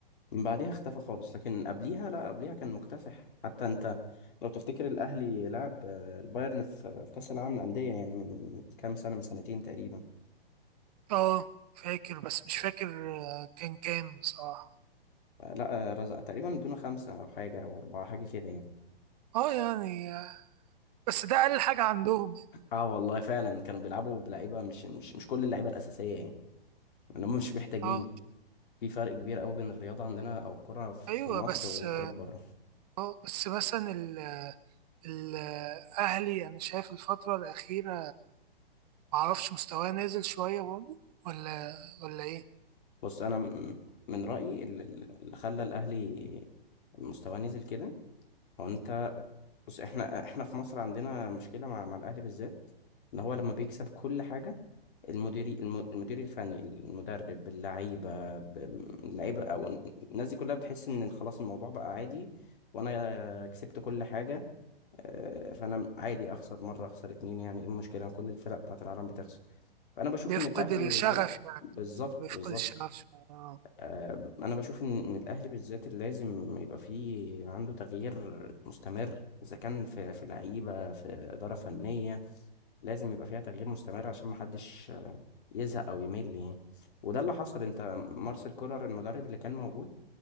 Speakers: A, on the left; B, on the right.
A: من بعديها اختفى خالص لكن قبليها لا قبليها كان مكتسح حتى انت لو تفتكر الاهلي لعب آه، البايرن في في كأس العالم للأندية يعني من كام سنة من سنتين تقريبا
B: اه فاكر بس مش فاكر آه، كان كام بصراحه
A: لا رزق تقريبا دون خمسة أو حاجة أو أربعة حاجة كده يعني
B: اه يعني آه، بس ده اقل حاجه عندهم يعني.
A: اه والله فعلا كانوا بيلعبوا بلعيبة مش مش مش كل اللعيبة الأساسية يعني إن هم مش محتاجين
B: اه
A: في فرق كبير قوي بين الرياضة عندنا أو الكرة في
B: ايوه
A: مصر
B: بس
A: وكرة
B: اه
A: بره
B: آه، بس مثلا ال- ال- الاهلي انا شايف الفتره الاخيره معرفش مستواه نازل شوية برضه ولا ولا إيه
A: بص أنا م- من رأيي اللي اللي خلى الأهلي مستواه نزل كده هو أنت بص احنا احنا في مصر عندنا مشكلة مع مع الأهلي بالذات إن هو لما بيكسب كل حاجة المدير المدير الفني المدرب اللعيبة ب- اللعيبة أو الناس دي كلها بتحس إن خلاص الموضوع بقى عادي وأنا كسبت كل حاجة آه، فأنا عادي أخسر مرة أخسر اتنين يعني إيه المشكلة كل الفرق بتاعت العالم بتخسر فأنا بشوف
B: بيفقد
A: إن الأهلي
B: الشغف
A: بالذات
B: يعني
A: بالظبط
B: بيفقد
A: بالظبط
B: الشغف شوية آه.
A: آه، انا بشوف ان إن الاهلي بالذات اللي لازم يبقى فيه عنده تغيير مستمر اذا كان في في لعيبه في اداره فنيه لازم يبقى فيها تغيير مستمر عشان ما حدش آه، يزهق او يمل يعني وده اللي حصل انت مارسيل كولر المدرب اللي كان موجود